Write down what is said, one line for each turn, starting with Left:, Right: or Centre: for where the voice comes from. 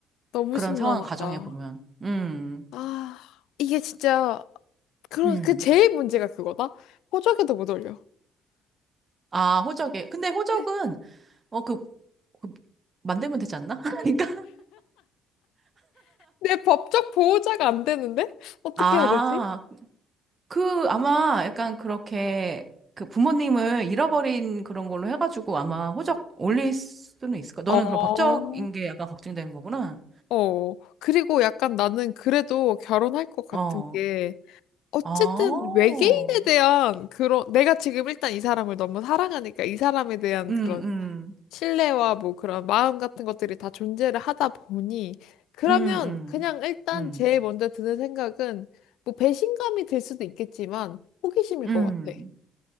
Left: 너무
Right: 그런
Left: 심란하다.
Right: 상황을 가정해 보면. 음.
Left: 아, 이게 진짜, 그,
Right: 음.
Left: 그 제일 문제가 그거다? 호적에도 못 올려.
Right: 아, 호적에. 근데 호적은,
Left: 내,
Right: 어, 그, 그 만들면 되지 않나? <laughs> 그러니까.
Left: 내 법적 보호자가 안 되는데? 어떻게
Right: 아,
Left: 해야 되지?
Right: 그, 아마 약간 그렇게, 그 부모님을 잃어버린 그런 걸로 해가지고 아마 호적 올릴 수는 있을 거야. 너는
Left: 어.
Right: 그럼 법적인 게 약간 걱정되는 거구나.
Left: 어, 그리고 약간 나는 그래도 결혼할 것 같은
Right: 어,
Left: 게, 어쨌든
Right: 아, 어,
Left: 외계인에 대한 그런, 내가 지금 일단 이 사람을 너무 사랑하니까 이 사람에 대한
Right: 음,
Left: 그런
Right: 음,
Left: 신뢰와 뭐 그런 마음 같은 것들이 다 존재를 하다 보니 그러면
Right: 음, 음,
Left: 그냥 일단
Right: 음,
Left: 제일 먼저 드는 생각은 뭐 배신감이 들 수도 있겠지만 호기심일
Right: 음,
Left: 것 같아.